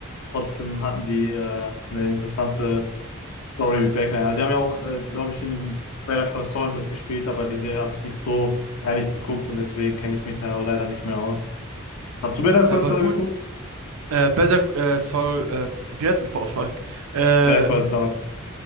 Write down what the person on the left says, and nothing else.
trotzdem hatten die äh, eine interessante Story mit Backline. Also die haben ja auch, äh, glaube ich, in Better Call Saul mitgespielt, aber die Serie habe ich nicht so ehrlich geguckt und deswegen kenne ich mich da auch leider nicht mehr aus. Hast du Better
Call
Saul
geguckt?
Better Call Saul.